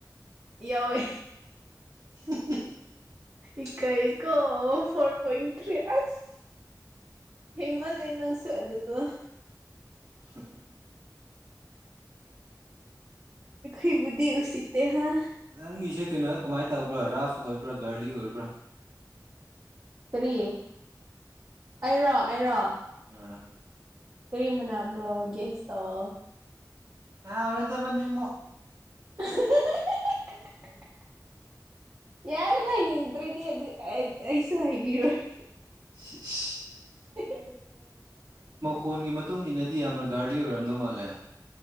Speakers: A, on the right (about 40°); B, on the right (about 65°).
A: ꯌꯥꯎꯋꯦ
B: <unintelligible>
A: ꯏꯀꯥꯏꯀꯣ ꯐꯣꯔ ꯄꯣꯏꯟ ꯊ꯭ꯔꯤ ꯑꯁ ꯍꯡꯃꯜꯂ‌ꯦ ꯅꯪꯁ ꯑꯗꯨꯗ‌ꯣ
B: <unintelligible>
A: ꯈꯣꯏꯕꯨꯗꯤ ꯎ ꯎꯆꯠꯇ ꯍꯥ
B: ꯅꯪꯒꯤꯁꯦ ꯀꯩꯅꯣꯗ ꯀꯃꯥꯏꯅ ꯇꯧꯕ꯭ꯔꯥ ꯔꯥꯐ ꯑꯣꯏꯕ꯭ꯔꯥ ꯒꯥꯔꯂꯤ ꯑꯣꯏꯕ꯭ꯔꯥ
A: ꯀꯔꯤ ꯑꯩꯔꯣ ꯑꯩꯔꯣ
B: ꯑ
A: ꯀꯔꯤꯃꯅꯥꯕ꯭ꯔꯣꯒꯦꯁ ꯇꯧꯋ‌ꯣ
B: ꯍꯥꯎꯔꯗꯕꯅꯤ
A: <unintelligible> ꯌꯥꯔꯦ ꯍꯥꯏꯅꯤꯡꯗ꯭ꯔꯗꯤ ꯑꯗꯨ ꯑꯩꯁꯨ ꯍꯥꯏꯕꯤꯔꯣꯏ
B: ꯁꯤꯁ
A: <unintelligible>
B: ꯐꯣꯟꯒꯤ ꯃꯇꯨꯡ ꯏꯟꯅꯗꯤ ꯌꯥꯝꯅ ꯒꯥꯔꯂꯤ ꯑꯣꯏꯔꯝꯗꯧ ꯃꯥꯜꯂꯦ